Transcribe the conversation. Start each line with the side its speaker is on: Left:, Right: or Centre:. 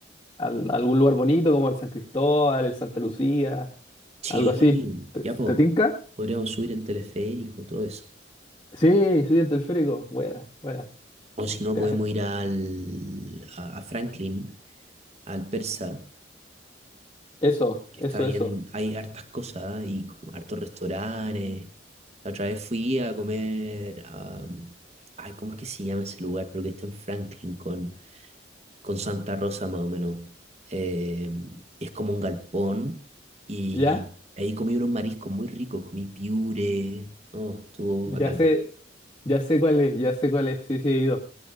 Left: al algún lugar bonito como el San Cristóbal, el Santa Lucía,
Right: Sí,
Left: algo así. ¿Te,
Right: ya po,
Left: te tinca?
Right: podríamos subir el teleférico, todo eso.
Left: Sí, sí, el teleférico. Buena, buena.
Right: O si no,
Left: Ya
Right: podemos
Left: sé.
Right: ir al, a, a Franklin, al Persa,
Left: Eso,
Right: que
Left: eso,
Right: está bien,
Left: eso.
Right: hay hartas cosas ¿eh? y como hartos restaurantes. La otra vez fui a comer, a, ay, ¿cómo es que se llama ese lugar? Pero que está en Franklin con, con Santa Rosa más o menos. Eh, es como un galpón y
Left: ¿Ya?
Right: ahí comí unos mariscos muy ricos, comí piure, no, estuvo
Left: Ya
Right: bacán.
Left: sé. Ya sé cuál es, ya sé cuál es, sí, sí he ido.